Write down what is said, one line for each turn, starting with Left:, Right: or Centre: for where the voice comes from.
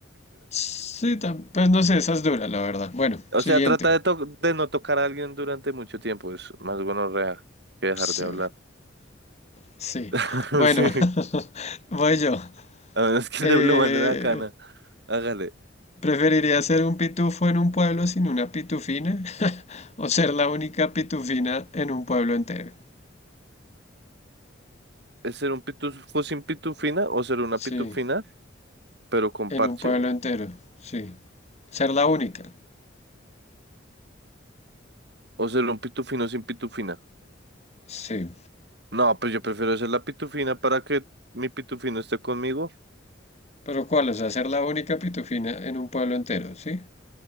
Left: Sí, tam- pues no sé, esa es dura, la verdad. Bueno,
Right: O
Left: siguiente.
Right: sea, trata de, to- de no tocar a alguien durante mucho tiempo. Es más gonorrea que dejar
Left: Sí,
Right: de hablar.
Left: sí.
Right: <laughs>
Left: Bueno,
Right: Sí,
Left: <laughs> voy yo.
Right: a menos que
Left: Eh,
Right: le lo manden a la cana. Hágale.
Left: ¿Preferiría ser un pitufo en un pueblo sin una pitufina <laughs> o ser la única pitufina en un pueblo entero?
Right: ¿Es ser un pitufo sin pitufina o ser una
Left: Sí,
Right: pitufina, pero con
Left: en
Right: parche?
Left: un pueblo entero, sí. Ser la única,
Right: ¿O ser un pitufino sin pitufina?
Left: sí.
Right: No, pues yo prefiero ser la pitufina para que mi pitufino esté conmigo,
Left: Pero ¿cuál? O sea, ser la única pitufina en un pueblo entero, ¿sí?